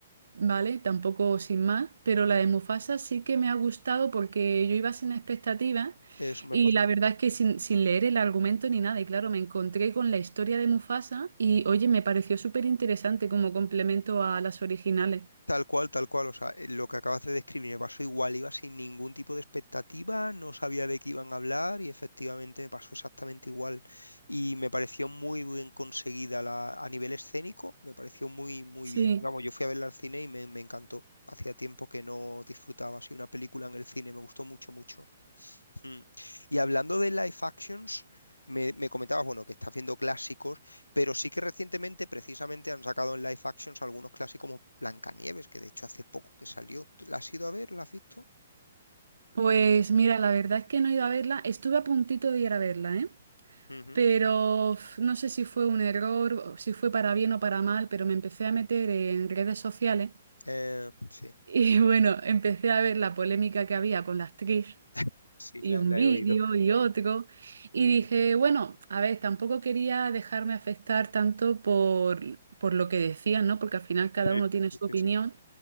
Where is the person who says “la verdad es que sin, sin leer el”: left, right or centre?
Right